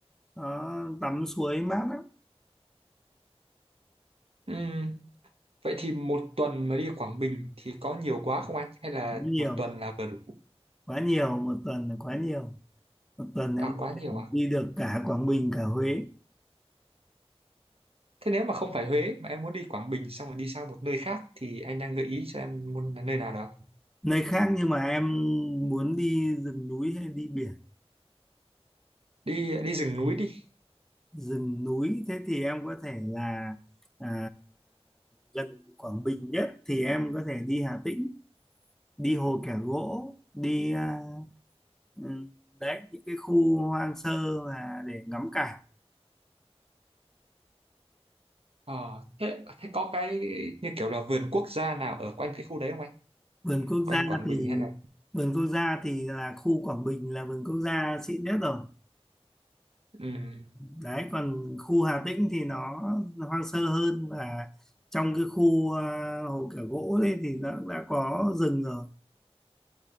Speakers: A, in the centre; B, on the right.
A: nó tắm suối mát lắm
B: Ừm, vậy thì một tuần mà đi Quảng Bình thì có nhiều quá không anh? Hay là
A: nhiều
B: một tuần là vừa đủ?
A: quá nhiều một tuần là quá nhiều một tuần
B: À
A: em có
B: quá nhiều
A: thể
B: à?
A: đi được cả Quảng Bình cả Huế
B: Thế nếu mà không phải Huế mà em muốn đi Quảng Bình xong rồi đi sang một nơi khác thì anh đang gợi ý cho em muốn là nơi nào đó.
A: nơi khác nhưng mà em muốn đi rừng núi hay đi biển
B: Đi đi rừng núi đi.
A: rừng núi thế thì em có thể là à, gần Quảng Bình nhất thì em có thể đi Hà Tĩnh đi Hồ Kẻ Gỗ đi à, ừ, đấy những cái khu hoang sơ mà để ngắm cảnh
B: Ờ, thế thế có cái như kiểu là vườn quốc gia nào ở quanh cái khu đấy không anh?
A: vườn quốc
B: Quanh
A: gia
B: Quảng
A: thì
B: Bình hay là
A: vườn quốc gia thì là khu Quảng Bình là vườn quốc gia xịn nhất rồi
B: ừm,
A: đấy còn khu Hà Tĩnh thì nó, nó hoang sơ hơn và trong cái khu à, hồ Kẻ Gỗ đấy thì nó cũng đã có rừng rồi